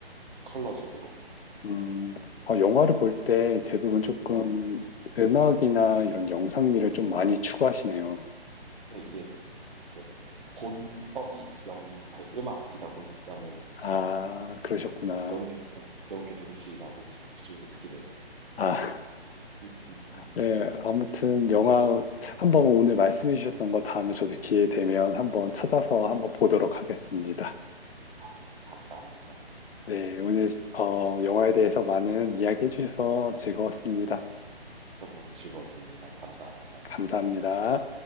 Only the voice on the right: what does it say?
컬러적으로나.
네네.
네.
네, 이게 그 본업이 영, 아니, 음악이다 보니까는
이게 아, 배운 게, 네, 배운 게 도둑질이라고 자꾸 그쪽으로 듣게 되네요.
음, 음, 음,
음.
네.
네네.
아, 네. 감사합니다.
네,
저도 너무 즐거웠습니다. 감사합니다.